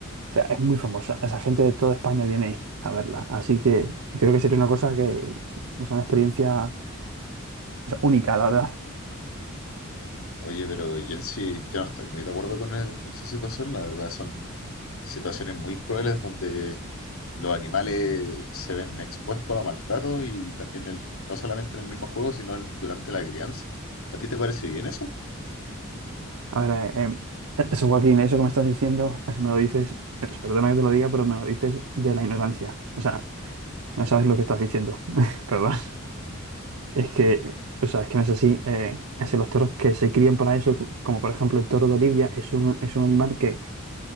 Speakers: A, on the right (about 80°); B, on the left (about 70°).
A: sea, es muy famosa, esa gente de toda España viene a verla, así que y creo que sería una cosa que, es una experiencia, o sea, única, la verdad.
B: Oye, pero yo sí, yo no estoy muy de acuerdo con, e- con esa situación, la verdad, son situaciones muy crueles donde los animales se ven expuestos a maltrato y también el, no solamente en el mismo juego, sino en- durante la crianza. ¿A ti te parece bien eso?
A: A ver, eh, em, eso, Joaquín, eso que me estás diciendo, eso me lo dices, eh, perdona que te lo diga, pero me lo dices de la ignorancia. O sea, que no sabes lo que estás diciendo. <laughs> Perdón. Es que, o sea, es que no es así. Eh, es que los toros que se crían para eso, como por ejemplo el toro de Lidia, es un, es un animal que